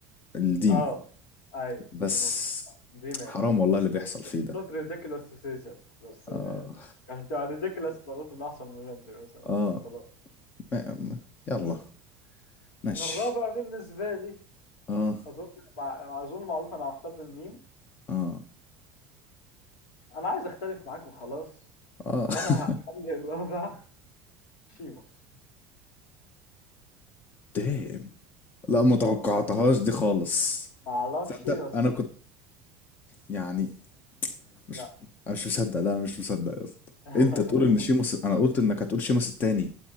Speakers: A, on the left; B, on the left.
A: الديمو
B: اه ايوه
A: بس
B: ممكن دي ماشي
A: حرام والله
B: اتس
A: اللي بيحصل فيه ده
B: not ridiculous to say that بس
A: اه
B: آه، كانت هتبقى ridiculous لو قلت ان احسن من رمزي مثلا بس
A: اه
B: خلاص
A: ما ما- يلا ماشي
B: انا الرابع بالنسبه لي
A: اه
B: اظن مع... اظن معروف انا محتار بين مين
A: اه
B: انا عايز اختلف معاك وخلاص
A: اه
B: فانا
A: <laughs>
B: هخلي الرابع شيموس
A: دام لا ما توقعتهاش
B: اه
A: دي خالص
B: ما اعرفش
A: تصدق
B: بس
A: انا كنت يعني مش
B: لا
A: انا مش مصدق لا انا مش مصدق يا اسطى
B: <laughs>
A: انت تقول ان شيموس انا قلت انك هتقول شيموس التاني